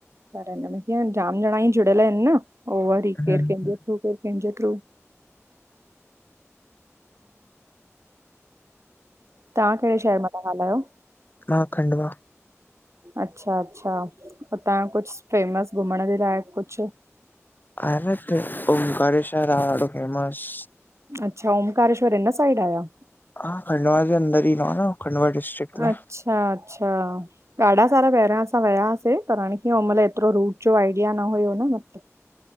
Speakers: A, on the right; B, on the left.
A: पर हिन में कीअ जाम ॼणा ई जुड़ियल आहिनि न, अउ वरी
B: तव्हां
A: केर कहिंजें थ्रू केर कहिंजें थ्रू तां कहिड़े शहर मां था ॻाल्हायो?
B: मां खडंवा।
A: अच्छा अच्छा, उतां कुछ फेमस घुमण जे लाई कुछ
B: आहे न हिते ओमकारेश्वर आ हेॾो फेमस
A: अच्छा ओमकारेश्वर इन साइड आहे या?
B: हा खंडवा जे अंदर ईदों आ न, खंडवा डिस्ट्रिक्ट में।
A: अच्छा अच्छा, ॾाढा सारा पहिरियां असां वया हुसीं पर हाणे इहो मतलब एतिरो रूट जो आइडिया न हुयो न मतलब